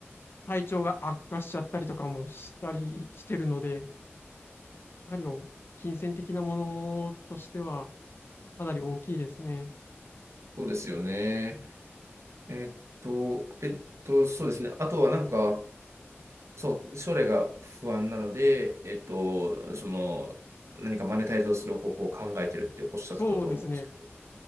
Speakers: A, on the left (about 55°); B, on the right (about 85°).
A: 体調が悪化しちゃったりとかもしたりしてるので、やはりお金銭的なものとしてはかなり大きいですね。
B: そうですよね。えっと、えっと、そうですね。あとはなんか、そう、将来が不安なので、えっと、その、何かマネタイズをする方法を考えてるっておっしゃってたと思うんですけど。
A: そうですね。